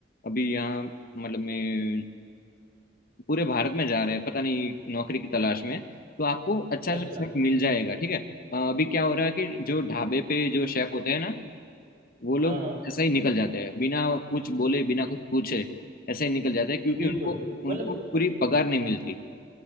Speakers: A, on the left (about 50°); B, on the right (about 45°).
A: अभी यहाँ मतलब मैं पूरे भारत में जा रहे हैं पता नहीं नौकरी की तलाश में तो आपको अच्छा
B: अच्छा
A: सा शेफ मिल जाएगा ठीक है अ, अभी क्या हो रहा है कि जो ढाबे पे जो शेफ होते हैं ना वो लोग
B: हाँ हाँ
A: ऐसे ही निकल जाते हैं बिना कुछ बोले बिना कुछ पूछे ऐसे ही निकल जाते हैं क्योंकि
B: बिल्कुल
A: उनको उनको
B: मतलब
A: पूरी पगार नहीं मिलती